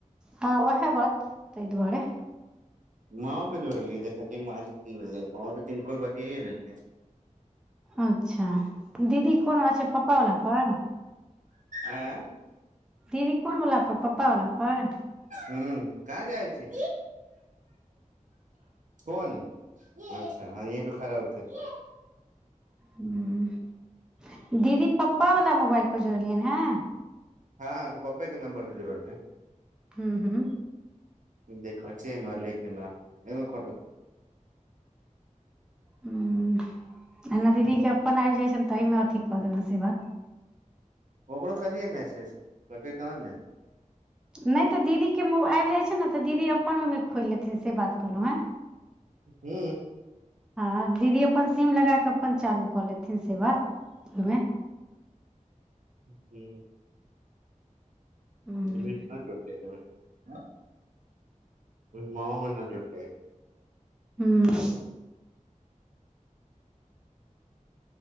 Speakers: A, in the centre; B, on the right.
A: हँ उएह बात ताहि दुआरे
B: माँओ के जोड़लियै देख माँ के की भेले माओ तऽ तनकोल बतिे लेलते
A: अच्छा दीदी कोन अ छै पप्पा वला पर
B: हँ
A: दीदी कोन बला पर पप्पा वला पर
B: ह कहाँ जाइ छी कोन अच्छा हँ य खराब <unintelligible>
A: ह दीदी प्पा वला मोबाइल पर जुड़लियै हैँ
B: हँ तऽ पप्पे के नम्बर से जरूरत है
A: हू हू
B: देख छ म लै के एकद कर
A: ह एना दीदी के अपन आबि जाइ छै ने ताहिमे अथी कऽ देबनि से बात
B: ओकरो कलियए मैसज कतै तहन ने
A: नहि तऽ दीदीके आबि जाइ छै ने तऽ दीदी अपन ओहिमे खोलि लेथिन से बात कहलहुँ हँ
B: हू
A: हँ दीदी अपन सीम लगा कऽ अपन चालू कऽ लेथिन से बात ओहिमे
B: ह्म
A: हूँ
B: नमीन क चोटलै छै <unintelligible> आँ ओ माँमे न जुटले
A: ह्म